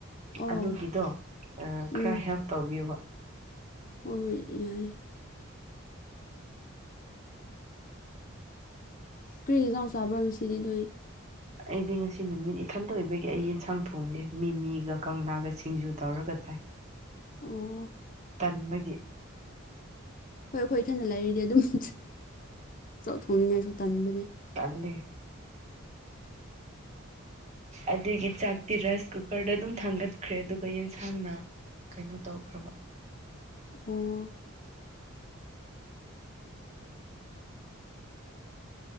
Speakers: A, on the left; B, on the right.
A: ꯑꯧ
B: ꯑꯗꯨꯒꯤꯗꯣ ꯈꯔ
A: ꯎꯝ
B: ꯍꯦꯜꯞ ꯇꯧꯕꯤꯌꯨꯕ
A: ꯍꯣꯏ ꯍꯣꯏ ꯌꯥꯏ ꯀꯔꯤ ꯌꯦꯖꯥꯎ ꯆꯥꯕ꯭ꯔꯒ ꯁꯤꯗꯤ ꯅꯣꯏ
B: ꯑꯩꯗꯤ ꯉꯁꯤ ꯅꯨꯃꯤꯠ ꯏꯊꯟꯗ ꯑꯣꯏꯕꯒꯤ ꯑꯩ ꯌꯦꯟꯁꯥꯡ ꯊꯣꯡꯗꯦ ꯃꯤꯃꯤꯒ ꯀꯪꯂꯥꯒ ꯁꯤꯡꯖꯨ ꯇꯧꯔꯒ ꯆꯥꯏ
A: ꯑꯣ
B: ꯇꯟꯕꯒꯤ
A: ꯍꯣꯏ ꯑꯩꯈꯣꯏ ꯏꯊꯅ ꯂꯩꯔꯤꯗꯤ ꯑꯗꯨꯝ ꯆꯥꯛ ꯊꯣꯡꯅꯤꯡꯉꯥꯏꯁꯨ ꯇꯟꯕꯅꯦ
B: ꯇꯟꯂꯦ ꯑꯗꯨꯒꯤ ꯆꯥꯛꯇꯤ ꯔꯥꯏꯁ ꯀꯨꯀꯔꯗ ꯑꯗꯨꯝ ꯊꯥꯡꯒꯠꯈ꯭ꯔꯦ ꯑꯗꯨꯒ ꯌꯦꯟꯁꯥꯡꯅ ꯀꯩꯅꯣ ꯇꯧꯈ꯭ꯔꯕ
A: ꯑꯣ